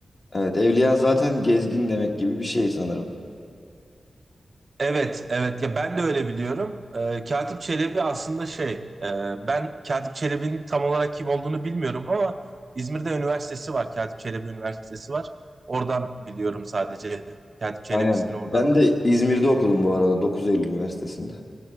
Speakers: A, on the left; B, on the right.
A: Evet, Evliya zaten gezgin demek gibi bir şey sanırım.
B: Evet, evet. Ya ben de öyle biliyorum. Ee, Katip Çelebi aslında şey, e, ben Katip Çelebi'nin tam olarak kim olduğunu bilmiyorum ama İzmir'de üniversitesi var. Katip Çelebi Üniversitesi var. Oradan biliyorum sadece. Katip Çelebi
A: Aynen.
B: ismini oradan
A: Ben
B: duymuş.
A: de İzmir'de okudum bu arada 9 Eylül Üniversitesi'nde.